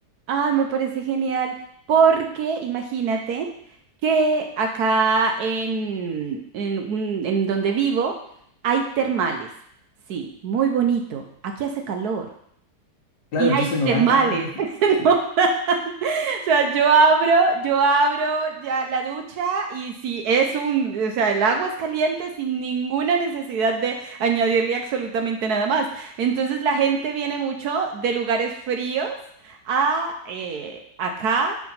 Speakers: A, on the right; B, on the left.
A: Ay, me parece genial, porque imagínate que acá en, en, un- en donde vivo hay termales. Sí, muy bonito. Aquí hace calor
B: Claro,
A: y
B: entonces
A: hay
B: nos
A: termales.
B: dan ganas de...
A: <laughs>
B: <laughs> Sí,
A: <laughs> O sea, yo abro, yo abro ya la ducha y si es un, o sea, el agua es caliente sin ninguna necesidad de añadirle absolutamente nada más. Entonces la gente viene mucho de lugares fríos a eh, acá